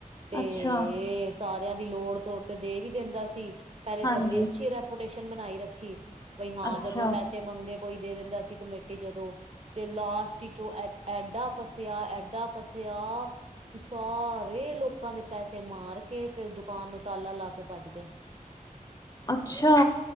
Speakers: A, on the right (about 45°); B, on the left (about 25°).
A: ਤੇ,
B: ਅੱਛਾ
A: ਸਾਰਿਆਂ ਦੀ ਲੋੜ ਤੋੜ ਤੇ ਦੇ ਵੀ ਦਿੰਦਾ ਸੀ, ਪਹਿਲੇ
B: ਹਾਂਜੀ
A: ਤੇ ਆਪਣੀ ਅੱਛੀ ਰਹਿ ਰੈਪੋਟੇਸ਼ਨ ਬਣਾਈ ਰੱਖੀ, ਬਈ ਹਾਂ
B: ਅੱਛਾ
A: ਜਦੋਂ ਪੈਸੇ ਮੰਗੇ ਕੋਈ ਦੇ ਦਿੰਦਾ ਸੀ। ਕਮੇਟੀ ਜਦੋਂ ਤੇ ਲਾਸਟ ਵਿਚੋ ਐਡਾ ਫਸਿਆ, ਐਡਾ ਫਸਿਆ ਸਾਰੇ ਲੋਕਾਂ ਦੇ ਪੈਸੇ ਮਾਰ ਕੇ ਤੇ ਦੁਕਾਨ ਨੂੰ ਤਾਲਾ ਲਾ ਕੇ ਭੱਜ ਗਿਆ
B: ਅੱਛਾ!